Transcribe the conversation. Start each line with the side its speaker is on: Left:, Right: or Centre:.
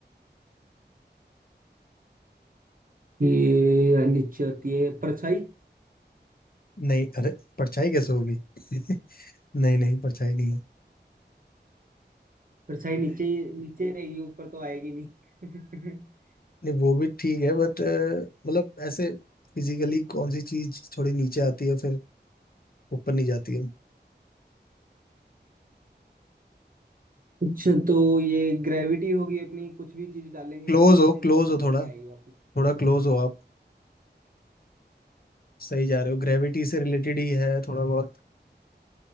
Right: ये नीचे आती है परछाई
Left: नहीं अरे परछाई कैसे होगी <laughs> नहीं नहीं परछाई नहीं है
Right: परछाई नीचे ही- नीचे ही रहेगी ऊपर तो आएगी नहीं <laughs>
Left: नहीं वो भी ठीक है बट मतलब ऐसे फिजिकली कौन सी चीज थोड़ी नीचे आती है फिर ऊपर नहीं जाती है
Right: कुछ तो ये ग्रेविटी होगी अपनी कुछ भी चीज डालेंगे
Left: क्लोज
Right: हम नीचे
Left: हो क्लोज
Right: तो ऊपर
Left: हो थोड़ा
Right: नहीं आएगी वापस
Left: थोड़ा क्लोज हो आप सही जा रहे हो ग्रेविटी से रिलेटेड ही है थोड़ा बहुत